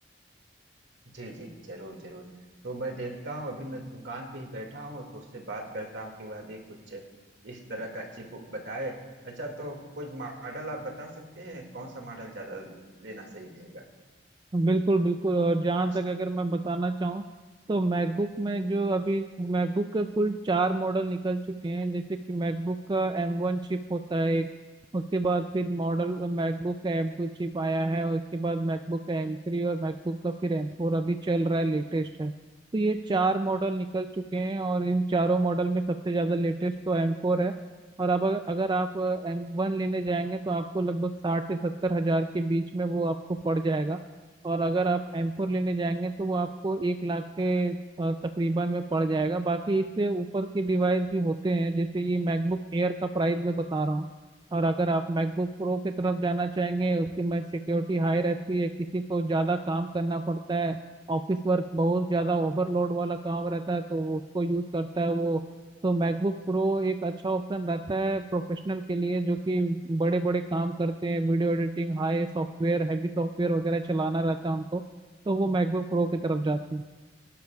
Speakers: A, on the right; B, on the right.
A: जी जी जरूर जरूर तो मैं देखता हूँ अभी मैं दुकान पे ही बैठा हूँ तो उससे बात करता हूँ कि वह भी कुछ इस तरह का चिप बताए अच्छा तो कुछ मॉडल आप बता सकते हैं कौन सा मॉडल ज्यादा लेना सही रहेगा
B: बिल्कुल बिल्कुल और जहाँ
A: कुछ
B: तक अगर मैं बताना चाहूँ तो मैकबुक में जो अभी मैकबुक के कुल चार मॉडल निकल चुके हैं जैसे कि मैकबुक का एम वन चिप होता है एक उसके बाद फिर मॉडल मैकबुक का एम टू चिप आया है और उसके बाद मैकबुक का एम थ्री और मैकबुक का फिर एम फोर अभी चल रहा है लेटेस्ट है तो ये चार मॉडल निकल चुके हैं और इन चारों मॉडल में सबसे ज़्यादा लेटेस्ट तो एम फोर है और अब अगर अगर आप एम वन लेने जाएंगे तो आपको लगभग साठ से सत्तर हज़ार के बीच में वो आपको पड़ जाएगा और अगर आप एम फोर लेने जाएंगे तो वो आपको एक लाख के अ, तकरीबन में पड़ जाएगा बाकी इससे ऊपर के डिवाइस भी होते हैं जैसे ये मैकबुक एयर का प्राइस मैं बता रहा हूँ और अगर आप मैकबुक प्रो की तरफ जाना चाहेंगे उसकी में सिक्योरिटी हाई रहती है किसी को ज़्यादा काम करना पड़ता है ऑफिस वर्क बहुत ज़्यादा ओवरलोड वाला काम रहता है तो उसको यूज़ करता है वो तो मैकबुक प्रो एक अच्छा ऑप्शन रहता है प्रोफेशनल के लिए जो कि बड़े बड़े काम करते हैं video editing high software heavy software वगैरह चलाना रहता है उनको तो वो मैकबुक प्रो की तरफ जाते हैं